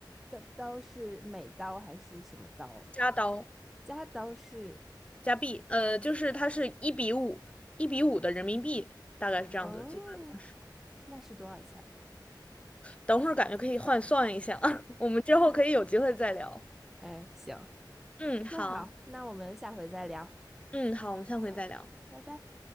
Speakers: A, in the centre; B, on the left (about 15°).
A: 的刀是美刀还是什么刀？
B: 加刀。
A: 加刀是，
B: 加币，呃，就是它是一比五，一比五的人民币，大概是这样的计算方式。
A: 哦，那是多少钱呢？
B: 等会儿感觉可以换算一下，<laughs> 我们之后可以有机会再聊。
A: 哎，行，
B: 嗯，好，
A: 那好，那我们下回再聊，
B: 嗯，好，我们下回再聊。
A: 好，拜拜。